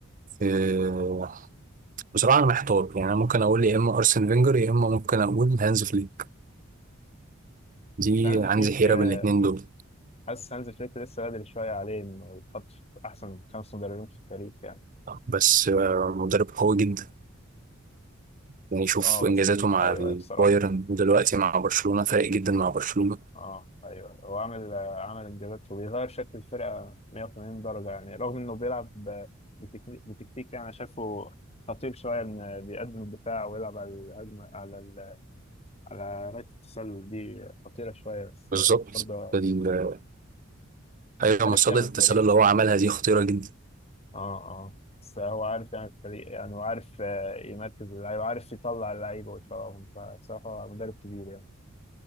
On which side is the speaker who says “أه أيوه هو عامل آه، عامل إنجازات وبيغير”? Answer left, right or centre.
Left